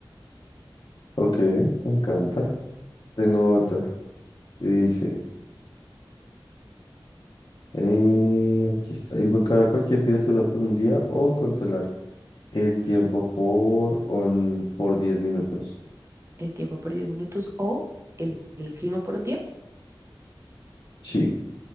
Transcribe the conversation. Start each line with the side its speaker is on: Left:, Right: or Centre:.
Left: Ok, me encanta. Tengo otra y dice, eh, aquí está, invocar a cualquier criatura por un día o controlar el tiempo por, on- por 10 minutos.
Right: El tiempo por 10 minutos o el, el clima por un día.
Left: Sí.